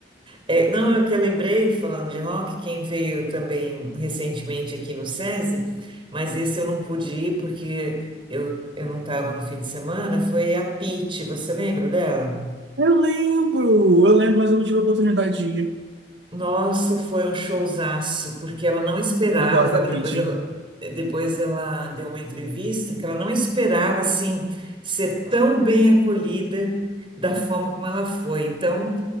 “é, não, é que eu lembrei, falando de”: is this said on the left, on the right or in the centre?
Right